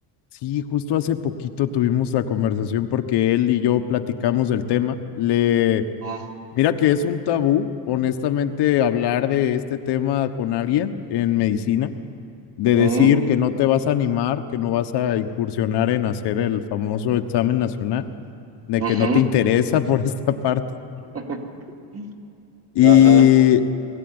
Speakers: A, on the left (about 65°); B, on the right (about 30°).
A: Sí, justo hace poquito tuvimos la conversación porque él y yo platicamos del tema. Le,
B: Ah.
A: mira que es un tabú, honestamente, hablar de este tema con alguien en medicina, de
B: Mm,
A: decir que no te vas a animar, que no vas a incursionar en hacer el famoso examen nacional, de
B: ujú.
A: que no te interesa <laughs> por esta parte.
B: <laughs>
A: Y
B: Ajá.